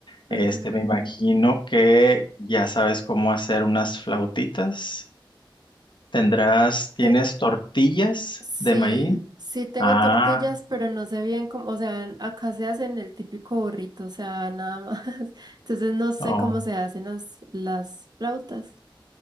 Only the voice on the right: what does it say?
Ujú.
Pe-
Sí,
sí tengo
tortillas, pero no sé bien cómo, o sea, acá se hacen el típico burrito, o sea, nada más. <laughs> Entonces no sé
cómo se hacen las, las flautas.